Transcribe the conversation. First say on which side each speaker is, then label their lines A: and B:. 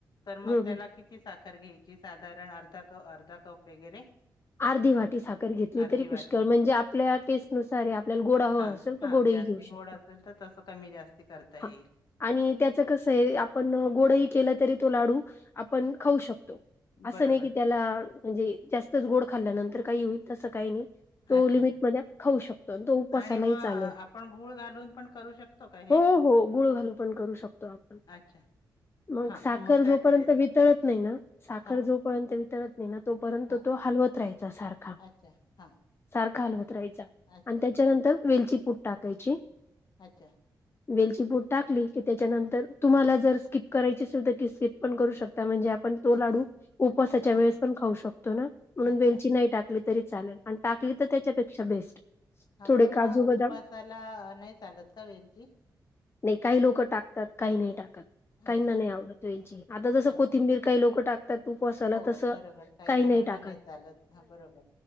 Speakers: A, on the left (about 60°); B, on the left (about 30°).
A: तर
B: हं,
A: मग त्याला
B: हं.
A: किती साखर घ्यायची साधारण अर्धा कप अर्धा कप वगैरे
B: अर्धी वाटी साखर घेतली
A: अर्धी
B: तरी
A: वाटी.
B: पुष्कळ म्हणजे आपल्या टेस्टनुसार आपल्याला गोड हवा
A: हा
B: असेल
A: हा
B: तर गोडही
A: जास्ती
B: घेऊ शकतो.
A: गोड असेल तर तसं कमी जास्ती करता
B: हा
A: येईल
B: आणि त्याच कस आहे आपण गोडही केलं तरी तो लाडू आपण खऊ शकतो अस
A: बरोबर.
B: नाही कि त्याला म्हणजे जास्तच गोड खाल्ल्यानंतर काही होईल तस काही नाही तो
A: अच्छा
B: लिमिट मधे खाऊ शकतो तो उपासालाही
A: आणि मग अ,
B: चालेल
A: आपण गूळ घालून पण करू शकतो का हे?
B: हो हो गुळ घालू पण करू शकतो त आपण
A: अच्छा.
B: मग
A: हां,
B: साखर
A: काय
B: जोपर्यंत
A: करायचं?
B: वितळत नाही ना साखर
A: हां,
B: जोपर्यंत वितळत नाही ना तोपर्यंत
A: हां.
B: तो हलवत त राहायचा सारखा
A: अच्छा. हां.
B: सारखा हलवत राहायचा
A: अच्छा,
B: आणि त्याच्यानंतर वेलचीपूड टाकायची.
A: अच्छा
B: वेलची पूड टाकली की त्याच्यानंतर तुम्हाला जर स्किप करायची असेल तर ती स्किप पण करू शकता म्हणजे आप पण तो
A: अच्छा.
B: लाडू उपासाच्या
A: हां.
B: वेळेस पण खाऊ शकतो ना म्हणून
A: अच्छा,
B: वेलची नाही टाकली तरी चालेल. आणि टाकली तर त्याच्यापेक्षा बेस्ट.
A: हा
B: थोडे
A: पण
B: काजू
A: मग उपवासाला
B: बदाम
A: नाही चालत का वेलची.
B: नाही काही लोक टाकतात काही नाही टाकत.
A: अच्छा.
B: काहीना नाही आवडत वेलची आता जसं
A: अच्छा
B: कोथिंबीर काही लोक टाक त्यात उपवासाला
A: हो
B: तस
A: बरोबर
B: काही
A: जणांना
B: नाही टाकात.
A: चालत हा बरोबर.